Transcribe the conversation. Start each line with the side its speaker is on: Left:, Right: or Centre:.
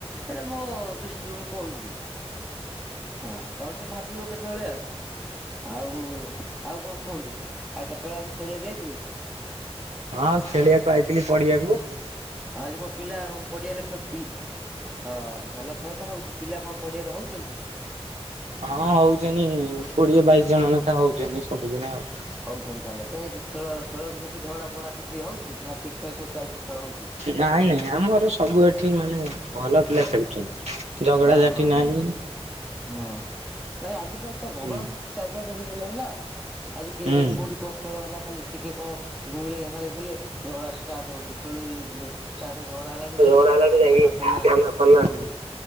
Centre: ଏଟା ମୋ ଦୃଷ୍ଟିରୁ ମୁଁ କହିଲି। ହଁ ତମେ ଟିକେ ଭାବିବ କେତେବେଳେ ଆଉ ଆଉ ଆଉ କଣ କୁହନ୍ତୁ? ମୁଁ କହିଲି ଆଜି ଖେଳିବାକୁ ଯାଇଥିଲେ?
Right: ହଁ ଖେଳିବାକୁ ଆଇଥିଲି ପଢିବାକୁ।
Centre: ଆଜି କଣ ପିଲା ପଡିଆରେ ପି ହଁ ଭଲ ଖେଳ ତ ହଉଛି ପିଲା କଣ ପଡିଆରେ ହଉଛନ୍ତି?
Right: ହଁ ହଉଛନ୍ତି କୋଡିଏ ବାଇଶି ଜଣ ଲେଖା ହଉଛନ୍ତି ସବୁଦିନେ ଆଉ।
Centre: ହଉଛନ୍ତି ତାହେଲେ କାଁଇ ଖେଳ ଖେଳ ଭିତରେ କିଛି ହଗଡା ଫଗଡା କିଛି ହଉଛି ନା ଠିକ ଠାକ୍ ସବୁ ଚାଲିଛି ଖେଳ ହଉଛି?
Right: ନାଇଁ ନାଇଁ ଆମର ସବୁ ଏଠି ମାନେ ଭଲ ପିଲା ଖେଳୁଛନ୍ତି। ଝଗଡ଼ା
Centre: ହଁ
Right: ଝାଟି
Centre: ହଁ
Right: ନାହିଁ।
Centre: ନାଇଁ ହଁ ନାଇଁ ଆଜିକାଲି ତ ଝଗଡ଼ା
Right: ହୁଁ।
Centre: ଚାରିଆଡେ ହେଇଗଲାଣି ନା। ଆଜି କେହି
Right: ହୁଁ।
Centre: କୋଉଠି କନ ଖେଳ ହେଲା? ଖାଲି ଟିକେ କଣ ଘୁଁଳି ଘାଁଳି ଦେଲେ ଝଗଡ଼ା ଷ୍ଟାର୍ଟ ହଉଛି ଖେଳୁରୁ ଷ୍ଟାର୍ଟ ଝଗଡା ହେଲାଟୁ ଯାଇକି
Right: ଝଗଡା ହେଲାଠୁ ଯାଇକି
Centre: ଥାନା ଫାନା
Right: ଥାନା ଫାନା
Centre: ସବୁ